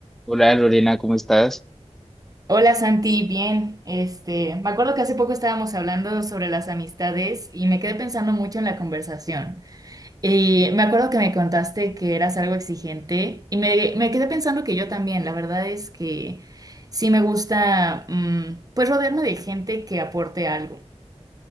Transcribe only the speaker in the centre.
Hola Lorena, ¿cómo estás?